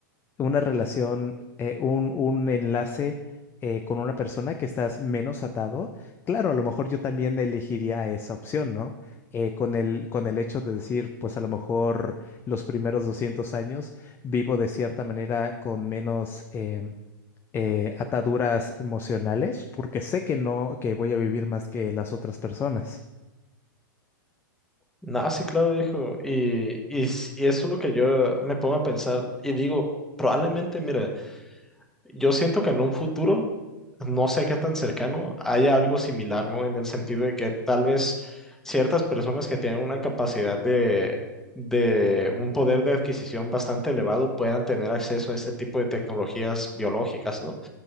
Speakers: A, on the left; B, in the centre.
A: una relación, eh, un, un enlace eh, con una persona que estás menos atado, claro, a lo mejor yo también elegiría esa opción, ¿no? Eh, con el, con el hecho de decir, pues a lo mejor los primeros 200 años vivo de cierta manera con menos em, eh, ataduras emocionales, porque sé que no, que voy a vivir más que las otras personas.
B: No, sí, claro, dijo. Y, y, s- y eso es lo que yo me pongo a pensar y digo, probablemente, mira, Yo siento que en un futuro, no sé qué tan cercano, haya algo similar, ¿no? En el sentido de que tal vez ciertas personas que tienen una capacidad de, de un poder de adquisición bastante elevado puedan tener acceso a este tipo de tecnologías biológicas, ¿no?